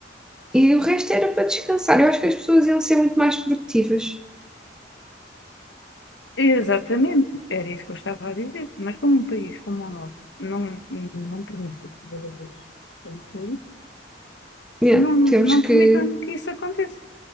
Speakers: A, in the centre; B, on the left (about 70°).
A: E o resto era para descansar. Eu acho que as pessoas iam ser muito mais produtivas.
B: Exatamente, era isso que eu estava a dizer. Mas como um país como o nosso não, não permite que os trabalhadores sejam felizes,
A: Yeah,
B: não,
A: temos
B: não permitam
A: que.
B: que isso aconteça.